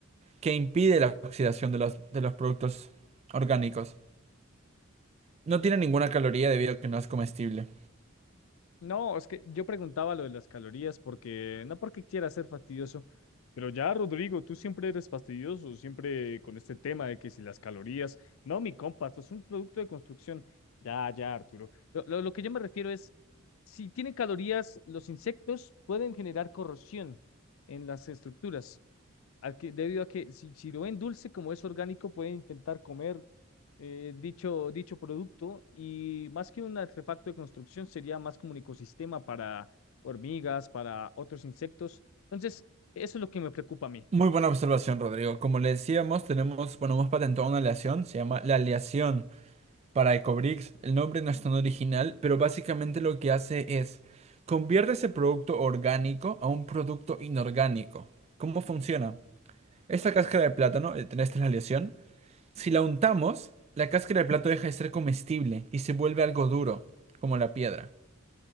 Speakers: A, on the right (about 30°); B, on the left (about 75°).
A: que impide la oxidación de los, de los productos orgánicos. No tiene ninguna caloría debido a que no es comestible.
B: No, es que yo preguntaba lo de las calorías porque, no porque quiera ser fastidioso, pero ya, Rodrigo, tú siempre eres fastidioso, siempre con este tema de que si las calorías, no, mi compa, esto es un producto de construcción. Ya, ya, Arturo. Lo, lo, lo que yo me refiero es, si tienen calorías, los insectos pueden generar corrosión en las estructuras al que- debido a que si, si lo ven dulce, como es orgánico, pueden intentar comer eh, dicho, dicho producto y más que un artefacto de construcción, sería más como un ecosistema para hormigas, para otros insectos. Entonces, eso es lo que me preocupa a mí.
A: Muy buena observación, Rodrigo. Como le decíamos, tenemos, bueno, hemos patentado una aleación, se llama la aleación para Ecobricks. El nombre no es tan original, pero básicamente lo que hace es convierte ese producto orgánico a un producto inorgánico. ¿Cómo funciona? Esta cáscara de plátano, eh, esta es la aleación. Si la untamos, la cáscara de plátano deja de ser comestible y se vuelve algo duro, como la piedra.